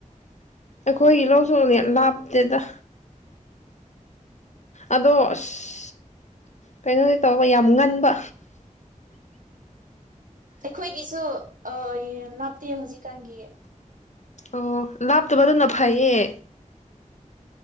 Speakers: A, on the left; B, on the right.
A: ꯑꯈꯣꯏ ꯁꯨ ꯂꯥꯑꯣ ꯗꯨ ꯌꯥꯝ ꯂꯥꯄꯇꯦ ꯗꯥ ꯑꯗꯨ ꯑꯁ꯭ꯍ ꯀꯦꯏꯅꯣ ꯗꯤ ꯇ꯭ꯕꯥꯕꯥ ꯌꯥꯝ ꯉꯅꯕꯥ꯫
B: ꯑꯈꯣꯏꯖꯤꯁꯨ ꯑꯥ ꯂꯥꯄꯇꯦ ꯍ꯭ꯋꯖꯤꯛ ꯀꯥꯟ ꯒꯤ꯫
A: ꯑꯣꯍ ꯂꯥꯄꯇꯥꯕꯥ ꯗꯨꯅꯥ ꯐꯦꯏꯌꯦ꯫